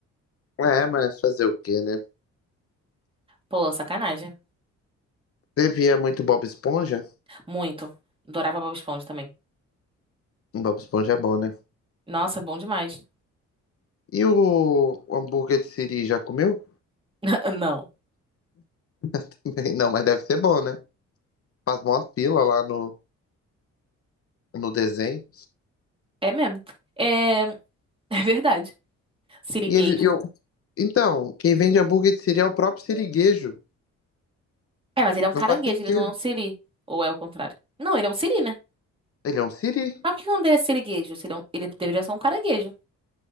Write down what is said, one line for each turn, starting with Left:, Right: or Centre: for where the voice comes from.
Left: É, mas fazer o quê, né?
Right: Pô, sacanagem.
Left: Você via muito Bob Esponja?
Right: Muito. Adorava Bob Esponja também.
Left: Bob Esponja é bom, né?
Right: Nossa, bom demais.
Left: E o hambúrguer de Siri já comeu?
Right: <laughs> Não,
Left: <laughs> Não, mas deve ser bom, né? Faz mó fila lá no, no desenho.
Right: é mesmo. É, <laughs> é verdade. Sirigueijo.
Left: E ele, eu, então, quem vende hambúrguer de Siri é o próprio siriguejo.
Right: É, mas ele é um caranguejo,
Left: Não faz sentido.
Right: ele não é um siri. Ou é o contrário? Não, ele é um siri, né?
Left: Ele é um siri.
Right: Mas por que que não deveria ser siriguejo? Se Ele, é um- ele deveria ser um caranguejo.